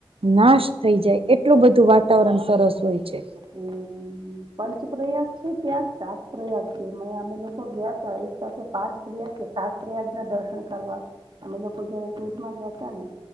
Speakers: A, on the right (about 80°); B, on the right (about 55°).
A: નાશ થઈ જાય એટલું બધું વાતાવરણ સરસ હોય છે.
B: હમ પંચ પ્રયાગ છે ત્યાં સાત પ્રયાગ છે અમે લોકો ગયા ત એક સાથે પાંચ પ્રયાગ કે સાત પ્રયાગ ના દર્શન કરવા અમે લોકો જયારે સુૂરમાં ગયા ત ને